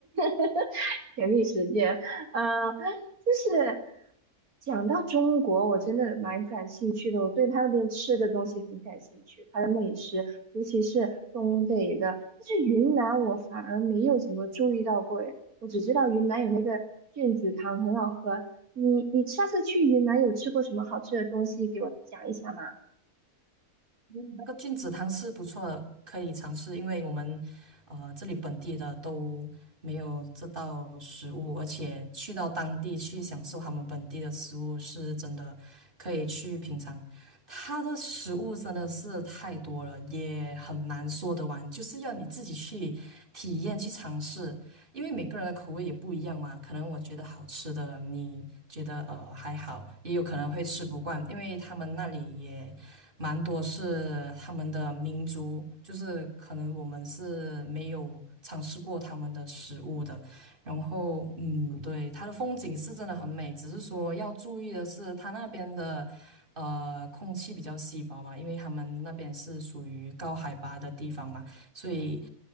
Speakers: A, on the right; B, on the right.
A: <laughs> 甜蜜时间。呃，就是讲到中国，我真的蛮感兴趣的，我对他那边吃的东西很感兴趣，他的美食，尤其是东北的。但是云南我反而没有怎么注意到过，诶，我只知道云南有那个菌子汤很好喝，你你上次去云南有吃过什么好吃的东西？给我讲一下嘛。
B: 那个菌子汤是不错的，可以尝试，因为我们呃这里本地的都没有这道食物，而且去到当地去享受他们本地的食物，是真的可以去品尝。它的食物真的是太多了，也很难说得完，就是要你自己去体验、去尝试，因为每个人的口味也不一样嘛。可能我觉得好吃的，你觉得呃还好，也有可能会吃不惯，因为他们那里也。蛮多是他们的民族，就是可能我们是没有尝试过他们的食物的。然后，嗯，对，它的风景是真的很美，只是说要注意的是，它那边的呃空气比较稀薄嘛，因为他们那边是属于高海拔的地方嘛，所以，